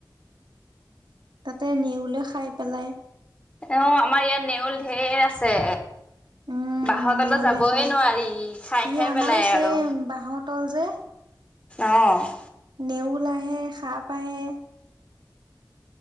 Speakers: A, on the right; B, on the left.
A: তাতে নেউলৈ খাই পেলাই
B: অ আমাৰ ইয়াত নেউল ঢেৰ আছে
A: উম
B: বাহতলৈ
A: নেউলে
B: যাবই
A: খাই
B: নোৱাৰি খাই
A: ই
B: খাই
A: আমাৰো
B: পেলাই
A: ছেম
B: আৰু
A: বাঁহৰ তল যে
B: অহ
A: নেউল আহে সাপ আহে